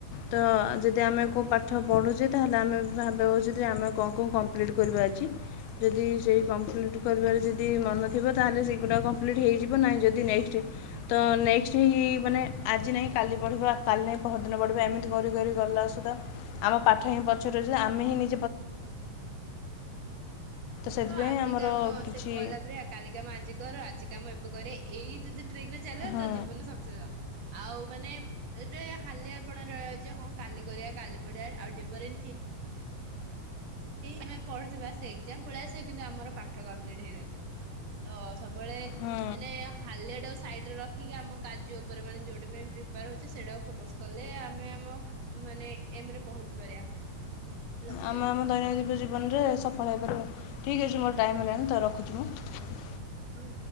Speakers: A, on the left (about 85°); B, on the right (about 50°).
A: ତ ଯଦି ଆମେ କୋଉ ପାଠ ପଢୁଚେ ତାହେଲେ ଆମେ- ଭାବିବା ଉଚିତ ଆମେ କଣ କଣ କମ୍ପ୍ଲିଟ୍ କରିବା ଆଜି ଯଦି ସେଇ
B: ହୁଁ
A: କମ୍ପ୍ଲିଟ୍ କରିବାରେ ଯଦି- ଯଦି ମନଥିବ ତାହେଲେ ସେ- ପୁରା କମ୍ପ୍ଲିଟ୍ ହେଇଯିବ ନାହିଁ ଯଦି ନେକ୍ସଟ୍ ତ ନେକ୍ସଟ ହେଇ ମାନେ ଆଜି ନାଇଁ କାଲି ପଢିବା କାଲି ନାଇଁ ପର ଦିନ ପଢିବା ଏମିତି କରି ଗ ସୁଧା ଆମ ପାଠ ହିଁ ପଛକୁ ଆମେ ହିଁ ନି ସେଥିପାଇଁ
B: ତ ଆଜି
A: ଆମର
B: କାମ
A: କିଛି
B: ସେ କଲା ପରେ କାଲି କାମ ଆଜି କର ଆଜି କାମ ଏବେ କରିବାରେ ଏଇ ଯଦି ଟ୍ରିକ ରେ ଚାଲିବ
A: ହଁ
B: ତ ଜୀବନରେ ସକ୍ସେସ୍ ଆଉ ମାନେ ଏ ହାଲି ଆପଣ ରହୀଯାଉଛି ହଁ କାଲି କରିବା କାଲି ପଡିଆ ଆଉ ଟିକେ ପରେ ଆମେ ପଢୁଥିବା ସେ ଏକଜାମ ପଳେଇ ଆସିବ କିନ୍ତୁ ଆମର ପାଠ କମ୍ପ୍ଲିଟ ହେଇନଥିବ ତ ସବୁବେଳେ
A: ହଁ
B: ମାନେ ହାଲିଆ ଟା ସାଇଡରେ ରଖ ଠିକ ଆମ କାର୍ଯ୍ୟ ଉପରେ ମାନେ ଯୋଉଟା ପାଇଁ ପ୍ରିପେୟାର ହଉଛେ ସେଇଟାକୁ ଫୋକସ କଲେ ଆମେ ଆମ ମାନେ ଏମରେ ପହଞ୍ଚି ପାରିବା। ଲକ୍ଷ୍ୟରେ
A: ଆମେ ଆମ ଦୈନନ୍ଦିନ ଜୀବନରେ ସଫଳ ହେଇପାରିବା ଠିକ ଅଛି ମୋର ଟାଇମ୍ ହେଲାଣି ତ ରଖୁଛି ମୁଁ।
B: ହୁଁ।